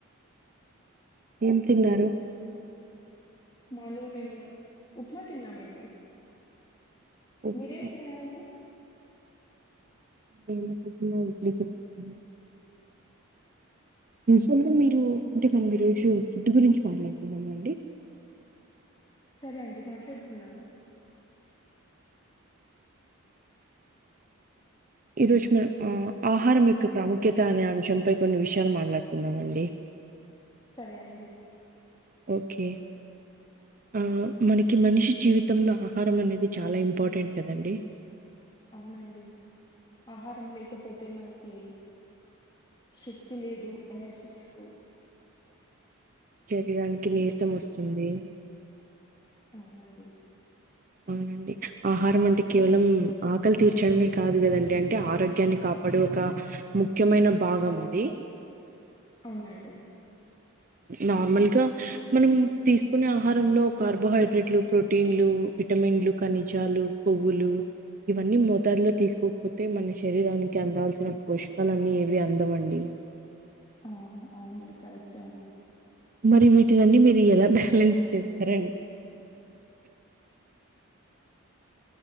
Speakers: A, on the right (about 40°); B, on the left (about 20°).
A: ఏం తిన్నారు
B: మార్నింగ్ మేము ఉప్మా తిన్నామండి
A: ఉప్మా
B: మీరేం తిన్నారండి
A: మేము పొద్దున ఇడ్లీ తిన్నామండీ విజువల్ గా మీరు అంటే మనం ఈరోజు ఫుడ్ గురించి మాట్లాడుతున్నామ అండి
B: సరే అండి మాట్లాడుకుందాం
A: ఈ రోజు మనం ఆ ఆహారం యొక్క ప్రాముఖ్యత అనే అంశంపై కొన్ని విషయాలు మాట్లాడుతున్నామ అండి
B: సరే అండి
A: ఓకే ఆ మనకి మనిషి జీవితంలో ఆహారం అనేది చాలా ఇం ఇంపార్టెంట్ కదండి
B: అవునండి ఆహారం లేకపోతే మనకి శక్తి లేదు ఎనర్జీ లేదు
A: శరీరానికి నీరసం వస్తుంది
B: అవునండి
A: అవునండి ఆహారం అంటే కేవలం ఆకలి తీర్చడమే కాదు కదండి అంటే ఆరోగ్యాన్ని కాపాడే ఒక ముఖ్యమైన భాగమది
B: అవునండి
A: నార్మల్ గా మనం తీసుకునే ఆహారంలో కార్బోహైడ్రేట్లు ప్రోటీన్లు విటమిన్లు కనిజాలు కొవ్వులు ఇవన్నీ మోతాదులో తీస్ పోతే మన శరీరానికి అందవల్సిన పోషకలున్నీ ఏవి అందవండి
B: ఆవు అవునండి కరెక్టే అండి
A: మరి వీటినిన్నీ మీరు ఎలా బ్యాలెన్స్ చేస్తారండి